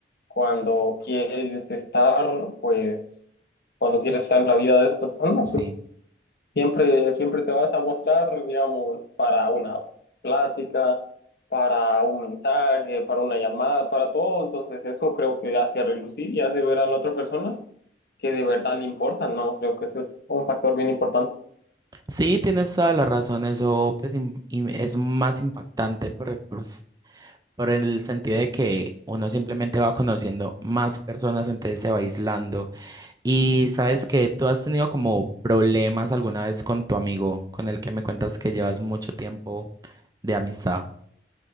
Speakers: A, on the left; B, on the right.
A: cuando quieres estar, pues cuando quieres estar en la vida de esa persona, pues
B: Sí.
A: siempre, siempre te vas a mostrar, digamos, para una plática, para un mensaje, para una llamada, para todo, entonces eso creo que hace relucir y hace ver a la otra persona que de verdad le importan, ¿no? Creo que eso es un factor bien importante.
B: Sí, tienes toda la razón, eso pues, im- im- es más impactante por, el pues, por el sentido de que uno simplemente va conociendo más personas, entonces se va aislando. Y sabes que tú has tenido como problemas alguna vez con tu amigo, con el que me cuentas que llevas mucho tiempo de amistad.